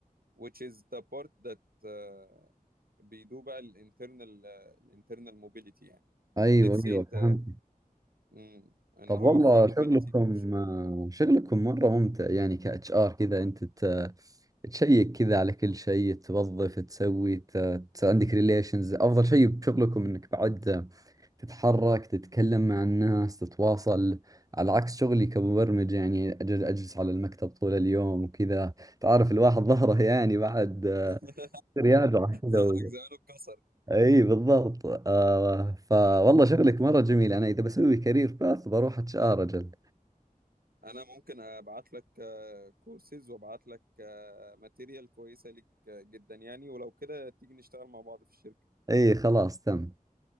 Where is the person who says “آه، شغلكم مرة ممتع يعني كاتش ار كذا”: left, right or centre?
Right